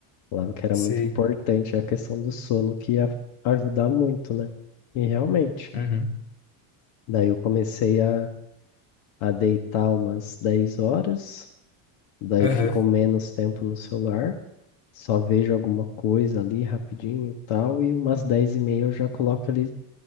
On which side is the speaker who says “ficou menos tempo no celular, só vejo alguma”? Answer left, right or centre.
Left